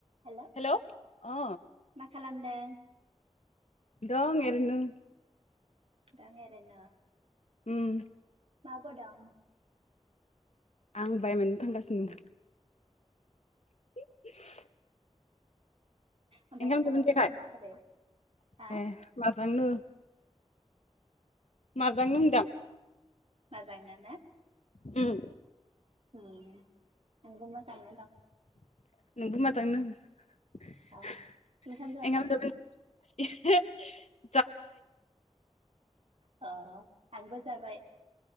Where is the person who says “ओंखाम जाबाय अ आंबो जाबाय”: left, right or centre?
Right